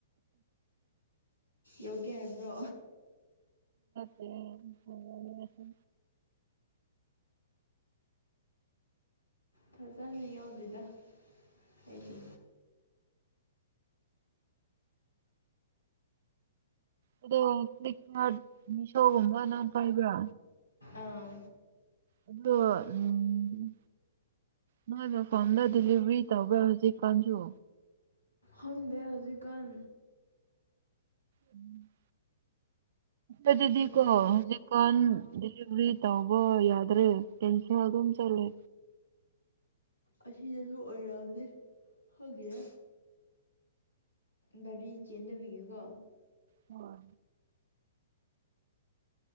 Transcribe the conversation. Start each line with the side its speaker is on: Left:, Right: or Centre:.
Left: ꯌꯥꯎꯒꯦ ꯍꯥꯏꯕ꯭ꯔꯣ
Right: ꯎꯝ ꯍ
Left: ꯐꯖꯅ ꯌꯧꯗꯦꯗ ꯑꯩꯗꯤ
Right: ꯑꯗꯣ ꯐꯂꯤꯞꯀꯥꯔꯠ ꯃꯤꯁꯣꯒꯨꯝꯕ ꯅꯪ ꯄꯥꯏꯕ꯭ꯔ
Left: ꯑꯥ
Right: ꯑꯗꯨ ꯎꯝ ꯅꯣꯏ ꯃꯐꯝꯗ ꯗꯤꯂꯤꯚꯔꯤ ꯇꯧꯕ꯭ꯔꯥ ꯍꯧꯖꯤꯛ ꯀꯥꯟꯁꯨ
Left: ꯈꯪꯗꯦ ꯍꯧꯖꯤꯛꯀꯥꯟ
Right: ꯎꯝ ꯑꯗꯨꯗꯤ ꯀꯣ
Left: ꯌꯦꯡ
Right: ꯍꯧꯖꯤꯛꯀꯥꯟ
Left: ꯑꯥ
Right: ꯗꯤꯂꯤꯚꯔꯤ ꯇꯧꯕ ꯌꯥꯗ꯭ꯔꯦ ꯀꯦꯟꯁꯦꯜ ꯗꯣ ꯀꯝ ꯆꯂꯦ
Left: ꯑꯁꯤꯁꯤꯗꯁꯨ ꯑꯣꯏꯔꯝꯅꯤ ꯍꯥꯒꯤꯌ ꯒꯥꯔꯤ ꯆꯦꯟꯗꯕꯤꯒꯤꯀꯣ
Right: ꯍꯣꯏ